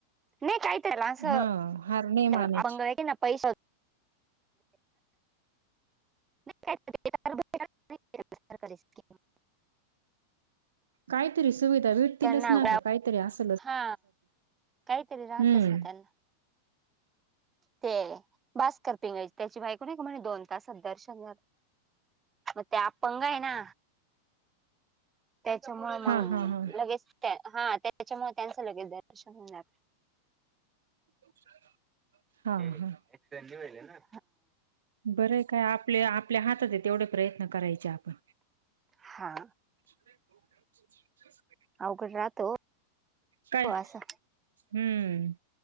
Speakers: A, on the right; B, on the right.
A: मी काही त्याला आसं
B: हा हार नाही मानायची
A: अ आभंग आये की नाई पैसा नाही
B: काहीतरी सुविधा विटतीलच
A: त्यांना
B: ना
A: गोळ्या
B: ग काहीतरी अस
A: हा काहीतरी राहतच
B: हम्म
A: ना त्याला ते भास्कर पिंगायची त्याची बायक नाही आहे का म्हणजे दोन तासात दर्शन झालं म ते अपंग आहे ना त्याच्यामुळे मग
B: हा हा हा
A: लगेच हा त्याच्यामुळे त्यांचं लगेच दर्शन होणार
B: <unintelligible>
A: म्हणे
B: हा
A: एस वहिले ना
B: बरं आये का आपले आपले हात होते तेवढे प्रयत्न करायचे आपण.
A: हा
B: <unintelligible>
A: अवघड राहतो
B: काय
A: हो
B: हम्म
A: असं